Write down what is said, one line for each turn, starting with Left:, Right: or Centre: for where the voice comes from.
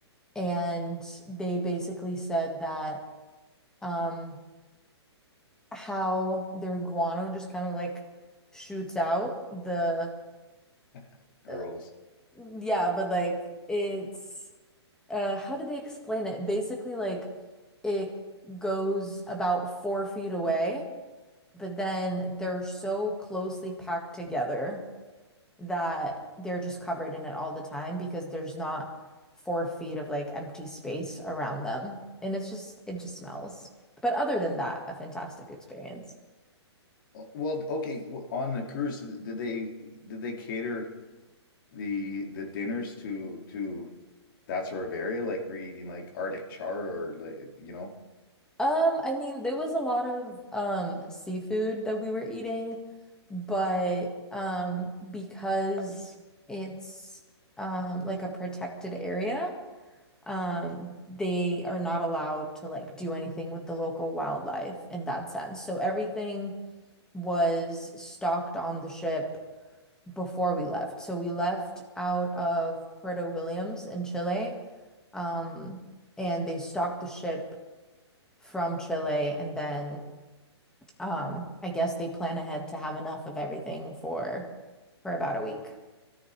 Centre: And they basically said that um, how their guano just kind of like shoots out the,
Left: <laughs> Gross.
Centre: uh, yeah, but like it's, uh, how did they explain it? Basically, like it goes about four feet away, but then they're so closely packed together that they're just covered in it all the time because there's not four feet of like empty space around them. And it's just, it just smells. But other than that, a fantastic experience.
Left: Well, okay, w- on the cruise, did they did they cater? the the dinners to to that sort of area, like we're eating like Arctic char or like you know.
Centre: Um, I mean, there was a lot of um seafood that we were eating, but um because it's um like a protected area, um they are not allowed to like do anything with the local wildlife in that sense. So everything was stocked on the ship before we left. So we left out of Puerto Williams in Chile, um, and they stocked the ship from Chile, and then um, I guess they plan ahead to have enough of everything for for about a week.